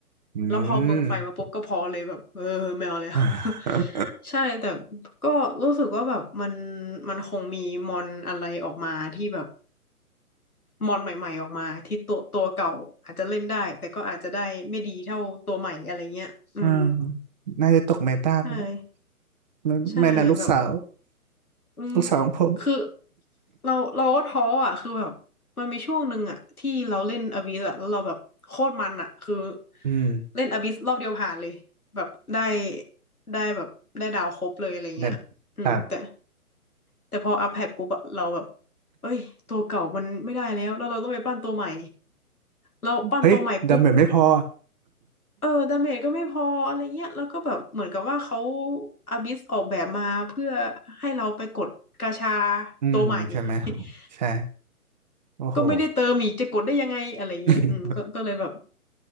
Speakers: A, on the right; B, on the left.
A: อื
B: แล้วพอเมืองไฟมาปุ๊บก็พอเลยแบบเออแมวแล้ว
A: ม <laughs>
B: <laughs> ใช่แต่ก็รู้สึกว่าแบบมันมันคงมีมอนอะไรออกมาที่แบบ มอนใหม่ๆออกมาที่ตัวตัวเก่าอาจจะเล่นได้แต่ก็อาจจะได้ไม่ดีเท่าตัวใหม่อะไรเงี้ยอืม
A: อ่าน่าจะตกเมตาไปแล้ว
B: ใช่
A: ไม่ไม่นะลูกสาว
B: ใช่แบบอืม
A: ลูกสาวของผม
B: คือเราเราก็ท้ออ่ะคือแบบมันมีช่วงหนึ่งอ่ะที่เราเล่นอบิสอ่ะแล้วเราแบบโคตรมันอ่ะคือ
A: อืม
B: เล่นอบิสรอบเดียวผ่านเลยแบบได้ได้แบบได้ดาวครบเลยอะไรเงี้ยอืมแต่
A: แต่ครับ
B: แต่พออัพแพทปุ๊บอะเราแบบเอ้ยตัวเก่ามันไม่ได้แล้วแล้วเราต้องไปปั้นตัวใหม่เราปั้นตัวใหม่ปุ๊บ
A: เฮ้ยดำเหมือนไม่พอ
B: เออดาเมจก็ไม่พออะไรเงี้ยแล้วก็แบบเหมือนกับว่าเขาอาบิสออกแบบมาเพื่อให้เราไปกดกาชา
A: อืมใช่ไหม
B: ตัวใหม่ <laughs>
A: ใช่โอ้โห
B: ก็ไม่ได้เติมอีกจะกดได้ยังไงอะไรเงี้ยอืมก็ก็เลยแบบ
A: <laughs>